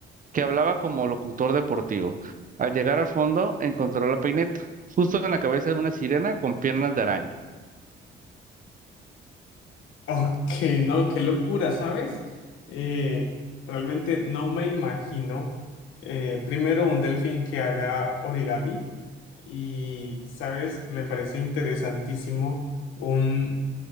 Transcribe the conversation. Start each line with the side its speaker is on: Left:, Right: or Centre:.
Right: que hablaba como locutor deportivo. Al llegar al fondo, encontró la peineta, justo en la cabeza de una sirena con piernas de araña.
Left: Ok, no, qué locura, ¿sabes? Eh, realmente no me imagino eh, primero un delfín que haga origami y, ¿sabes? Me parece interesantísimo un,